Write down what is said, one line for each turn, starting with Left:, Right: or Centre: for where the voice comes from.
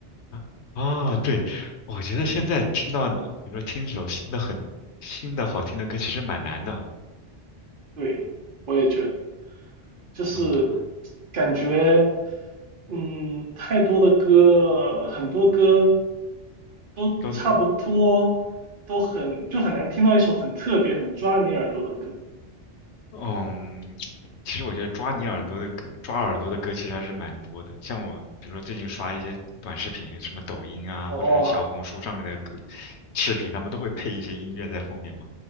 Left: 啊啊啊！对，我觉得现在听到的，比如说听一首新的很新的好听的歌，其实蛮难的。
Right: 对，我也觉得，就是
Left: 嗯，
Right: 感觉，嗯，太多的歌，很多歌都差不多，
Left: 都
Right: 都很，就很难听到一首很特别、很抓你耳朵的歌。
Left: 嗯，其实我觉得抓你耳朵的歌，抓耳朵的歌其实还是蛮多的。像我，比如说最近刷一些短视频，什么抖音啊，
Right: 哦，
Left: 或者是小红书上面的歌视频，他们都会配一些音乐在后面嘛。